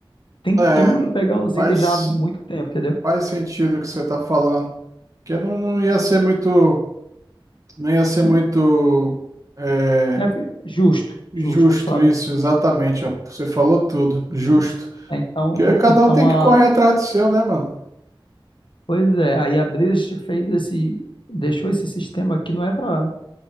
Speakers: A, on the left; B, on the right.
A: tentando
B: É,
A: pegar os
B: faz,
A: itens já há muito tempo, entendeu?
B: faz sentido o que você tá falando. Porque não, não ia ser muito, não ia ser muito
A: Né?
B: é,
A: Né, fi- Justo,
B: justo
A: justo, palavra,
B: isso, exatamente. ó. Você falou tudo,
A: entendeu?
B: justo.
A: Então,
B: Porque cada
A: então
B: um tem
A: a,
B: que correr atrás do seu, né, mano?
A: pois é, aí a Blizzard fez esse, deixou esse sistema que não é para